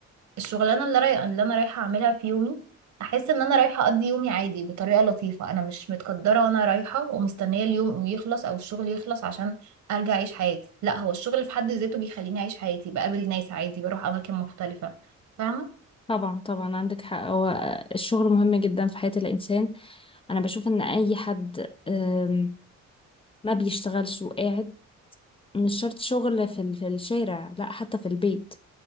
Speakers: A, on the right; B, on the left.
A: الشغلانه اللي رايح اللي انا رايحه اعملها في يومي احس ان انا رايحه اقضي يومي عادي بطريقه لطيفه انا مش متقدره وانا رايحه ومستنيه اليوم يخلص او الشغل يخلص عشان ارجع اعيش حياتي لا هو الشغل في حد ذاته بيخليني اعيش حياتي بقابل ناس عادي بروح اماكن مختلفه فاهمه
B: طبعا طبعا عندك حق هو الشغل مهم جدا في حياة الانسان انا بشوف ان اي حد آم، ما بيشتغلش وقاعد مش شرط شغل في ال- في الشارع لا حتى في البيت